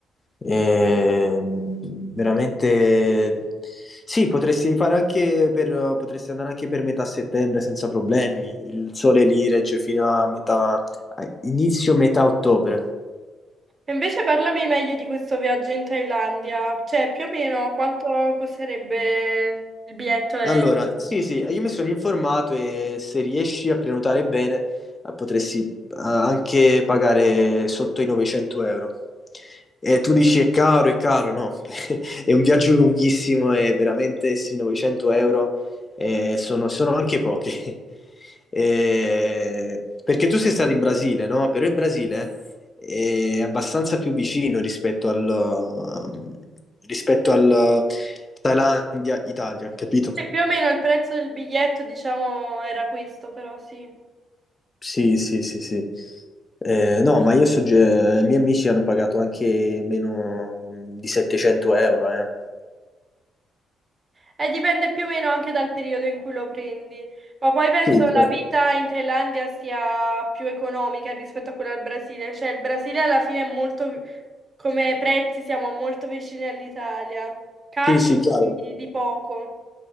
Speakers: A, on the left; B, on the right.
A: E, mm, veramente sì, potresti fare anche per, potresti andare anche per metà settembre senza problemi. Il sole lì regge fino a metà, a inizio metà ottobre.
B: E invece parlami meglio di questo viaggio in Thailandia, cioè più o meno quanto costerebbe il biglietto aereo?
A: Allora, sì, sì, io mi sono informato e se riesci a prenotare bene eh, potresti eh, anche pagare sotto i 900 euro. E tu dici è caro, è caro, no, <laughs> è un viaggio lunghissimo e veramente sì, 900 euro eh, sono, sono anche pochi. <laughs> Eh, perché tu sei stato in Brasile, no? Però il Brasile è abbastanza più vicino rispetto al, rispetto al Thailandia-Italia, capito?
B: E più o meno il prezzo del biglietto, diciamo, era questo, però sì.
A: Sì, sì, sì, sì. Eh, no, ma io so, ge- i miei amici hanno pagato anche meno di 700 euro, eh.
B: E dipende più o meno anche dal periodo in cui lo prendi. Ma poi penso
A: Sì,
B: la
A: chiaro.
B: vita in Thailandia sia più economica rispetto a quella del Brasile. Cioè, il Brasile alla fine è molto, vi- come prezzi siamo molto vicini all'Italia. Cambia
A: Sì, sì, chiaro.
B: di, di poco.